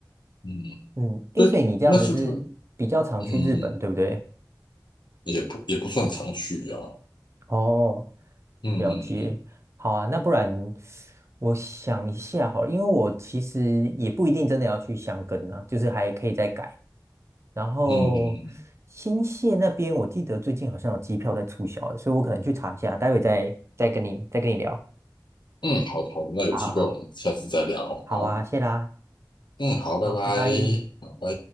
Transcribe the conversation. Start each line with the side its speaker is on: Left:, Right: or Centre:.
Left: 嗯，
Right: 嗯，哎，
Left: 对，
Right: 所以你这样子是比较常去日本，
Left: 那是不是嗯
Right: 对不对？
Left: 也不也不算常去啊。
Right: 哦，
Left: 嗯嗯
Right: 了解，好啊，那不然我想一下好了因为我其实也不一定真的要去箱根啊，就是还可以再改。然后新泻那边，
Left: 嗯嗯嗯
Right: 我记得最近好像有机票在促销欸所以我可能去查一下，待会再再跟你再跟你聊。
Left: 嗯，好好的，那有机会我们下次再聊。
Right: 好好好，好啊，
Left: 好，
Right: 谢啦，
Left: 嗯，好，拜拜，
Right: 好，拜拜。
Left: 好，拜。